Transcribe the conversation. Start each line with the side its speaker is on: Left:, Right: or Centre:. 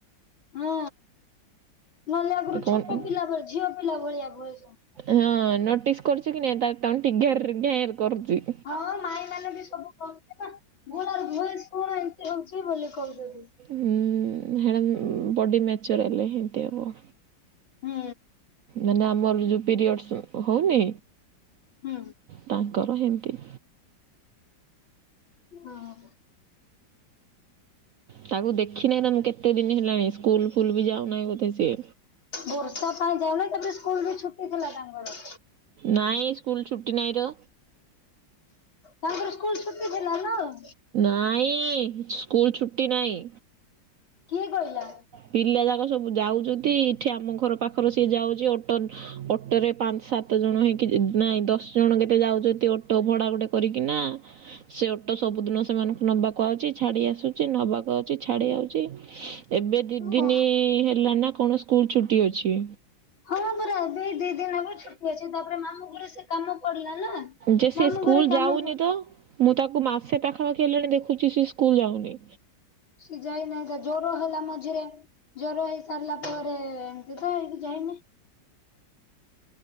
Left: ହଁ ନହେଲେ ଆଗରୁ
Right: କଣ
Left: ଛୋଟ ପିଲା ଭଳି ଝିଅ ପିଲା ଭଳିଆ ଭଏସ୍‌ ଅଁ
Right: ହଁ ନୋଟିସ୍ କରୁଚୁ କି ନାଇଁ ତା ତଣ୍ଟି ଘେର୍ ଘେର୍ କରୁଚି।
Left: ହଁ ମାଇଁ ମାନେ ବି ସବୁ କହୁଛେ ନା ଘୋଳାର ଭଏସ କଣ ଏମତି ହଉଚି ବୋଲେ କହୁଚତି।
Right: ହୁଁ ହେଡା ବଡି ମ୍ୟାଚୋର ହେଲେ ହେମତି ହବ।
Left: ହୁଁ।
Right: ମାନେ ଆମର ଯୋଉ ପିରିଅଡ଼ସ୍‌ ହଉନି
Left: ହୁଁ।
Right: ତାଙ୍କର ହେମତି।
Left: ହଁ।
Right: ତାକୁ ଦେଖି ନାଇଁ ନା ମୁଁ କେତେ ଦିନ ହେଲାଣି ସ୍କୁଲ ଫୁଲ୍ ବି ଯାଉନାହିଁ ବୋଧେ ସିଏ।
Left: ବର୍ଷା ପାଇଁ ଯାଉ ନାଇ ତାପରେ ସ୍କୁଲ ବି ଛୁଟି ଥିଲା ତାଙ୍କର।
Right: ନାଇଁ ସ୍କୁଲ ଛୁଟି ନାଇଁ ଟ।
Left: ହଁ ପରା ସ୍କୁଲ ଛୁଟି ଥିଲା ଲୋ।
Right: ନାଇଁ ସ୍କୁଲ ଛୁଟି ନାଇଁ।
Left: କିଏ କହିଲା?
Right: ପିଲା ଯାକ ସବୁ ଯାଉଚତି ଇଠି ଆମ ଘର ପାଖରେ ସେ ଯାଉଚି ଅଟନ୍ ଅଟୋରେ ପାଞ୍ଚ ସାତ ଜଣ ହେଇକି ନାଇଁ ଦଶ ଜଣ କେତେ ଯାଉଚତି ଅଟୋ ଭଡା ଗୋଟେ କରିକି ନା ସେ ଓଟୋ ସବୁଦିନ ସେମାନଙ୍କୁ ନବାକୁ ଆଉଚି ଛାଡି ଆସୁଚି ନବାକୁ ଆଉଚି ଛାଡି ଆଉଚି। ଏବେ ଦି ଦିନ
Left: ଓ
Right: ହେଲା ନା କଣ ସ୍କୁଲ ଛୁଟି ଅଛି।
Left: ହଁ ପରା ଏବେ ଦି ଦିନ ହବ ଛୁଟି ଅଛି ତାପରେ ମାମୁଁ ଘରେ ସେ କାମ କରିଲା ନା।
Right: ଯେ ସେ
Left: ମାମୁଁ
Right: ସ୍କୁଲ
Left: ଘରେ କାମ
Right: ଯାଉନି
Left: ପ
Right: ତ? ମୁଁ ତାକୁ ମାସେ ପାଖାପାଖି ହେଲେଣି ଦେଖୁଛି ସେ ସ୍କୁଲ ଯାଉନି।
Left: ସି ଯାଇନାହିଁ ଜର ହେଲା ମଝିରେ। ଜ୍ଵର ହେଇସାରିଲା ପରେ ଏମତି ତ ହେଇକି ଯାଇନି।